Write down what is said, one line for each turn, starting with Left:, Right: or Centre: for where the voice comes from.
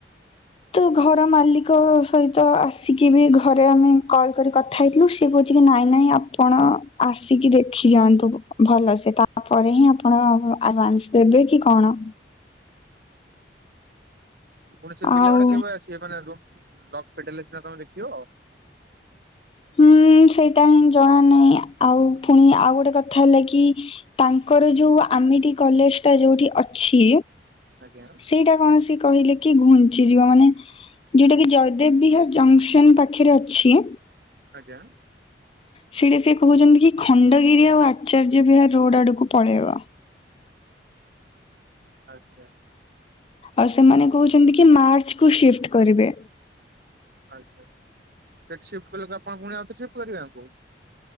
Left: ତ ଘର ମାଲିକ ସହିତ ଆସିକି ବି ଘରେ ଆମେ କଲ କରି କଥା ହେଇଥିଲୁ ସେ କହୁଛି କି ନାଇଁ ନାଇଁ ଆପଣ ଆସିକି ଦେଖି ଯାଆନ୍ତୁ ଭଲସେ ତାପରେ ହିଁ ଆପଣ ଆଡଭାନ୍ସ ଦେବେ କି କଣ।
Right: ପୁଣି ସେ ପିଲା
Left: ଆଉ
Right: ଗୁଡେ କେବେ ଆସ <unintelligible> ଲକ ଫିଟେଇଲେ ନା ସିନା ତମେ ଦେଖିବ।
Left: ହୁଁ ସେଇଟା ହିଁ ଜଣା ନାହିଁ ଆଉ ପୁଣି ଆଉ ଗୋଟେ କଥା ହେଲା କି ତାଙ୍କର ଯୋଉ ଆମିଠି କଲେଜ ଟା ଯୋଉଠି ଅଛି।
Right: ଆଜ୍ଞା।
Left: ସେଇଟା କୌଣସି କହିଲେ କି ଘୁଞ୍ଚିଯିବ ମାନେ ଯଉଟା କି ଜୟଦେବ ବିହାର ଜଙ୍କସନ ପାଖରେ ଅଛି।
Right: ଆଜ୍ଞା।
Left: ସେଇଟା ସେ କହୁଛନ୍ତି କି ଖଣ୍ଡଗିରି ଆଉ ଆଚାର୍ଯ୍ୟ ବିହାର ରୋଡ ଆଡକୁ ପଳେଇବ।
Right: ଆଜ୍ଞା।
Left: ଆଉ ସେମାନେ କହୁଛନ୍ତି କି ମାର୍ଚ୍ଚ କୁ ସିଫ୍ଟ କରିବେ।
Right: ଆଚ୍ଛା ସେଠି ସିଫଟ କଲେ ଆପଣ ପୁଣି ଆଉଥରେ ସିଫ୍ଟ କରିବେ ଆଙ୍କୁ।